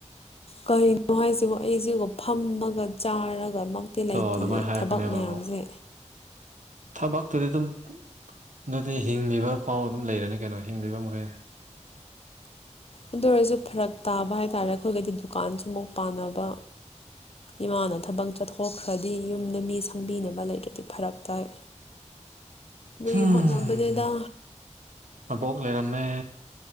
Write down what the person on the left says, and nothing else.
ꯀꯩꯅꯣ ꯍꯥꯏꯁꯤꯕꯣ ꯑꯩꯁꯤꯒꯣ ꯐꯝꯃꯒ ꯆꯥꯔꯒ ꯃꯪ ꯇꯤ ꯂꯩꯇꯤꯌꯦ
ꯊꯕꯛ ꯃꯌꯥꯝꯖꯦ
ꯑꯗꯨ ꯑꯣꯏꯔꯁꯨ ꯐꯔꯛ ꯇꯥꯕ ꯍꯥꯏꯇꯥꯔꯦ ꯑꯩꯈꯣꯏꯒꯗꯤ ꯗꯨꯀꯥꯟꯁꯨ ꯑꯃꯨꯛ ꯄꯥꯟꯅꯕ ꯏꯃꯥꯅ ꯊꯕꯛ ꯆꯠꯊꯣꯛꯈ꯭ꯔꯗꯤ ꯌꯨꯝꯗ ꯃꯤ ꯁꯪꯕꯤꯅꯕ ꯂꯩꯇ꯭ꯔꯗꯤ ꯐꯔꯛ ꯇꯥꯏ
ꯗꯨꯒꯤ
ꯍꯣꯠꯅꯕꯅꯦꯗ